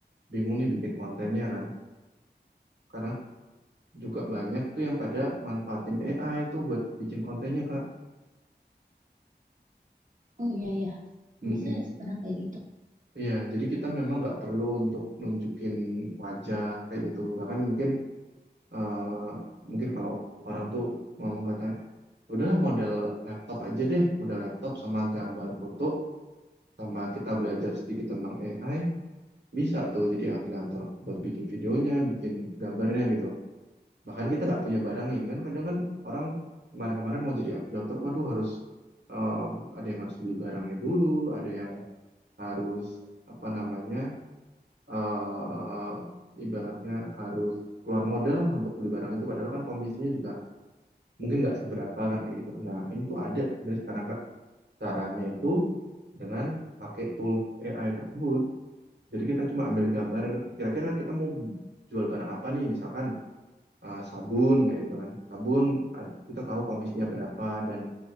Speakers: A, on the right; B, on the right.
A: bingung nih bikin kontennya kan. Karena juga banyak tuh yang pada manfaatin AI tuh buat bikin kontennya Kak.
B: oh iya ya
A: Mm-mm.
B: bisa ya sekarang kayak gitu
A: Iya, jadi kita memang nggak perlu untuk nunjukin wajah kayak gitu. Bahkan mungkin eh, mungkin kalau orang tuh ngomong katanya, udahlah modal laptop aja deh, modal laptop sama gambar foto sama kita belajar sedikit tentang AI Bisa tuh jadi afiliator buat bikin videonya, bikin gambarnya gitu. Bahkan kita nggak punya barangnya. Ini kan kadang kan orang kemarin-kemarin mau jadi afiliator, waduh harus eh, ada yang harus beli barangnya dulu, ada yang harus apa namanya, eh ibaratnya harus keluar modal lah untuk beli barang itu. Padahal kan komisinya juga mungkin nggak seberapa kan kayak gitu. Nah ini tuh ada sebenarnya sekarang Kak. Caranya itu dengan pakai tools AI tersebut jadi kita cuma ambil gambar, kira-kira kita mau jual barang apa nih, misalkan eh, sabun kayak gitu kan. Sabun ad- kita tahu komisinya berapa dan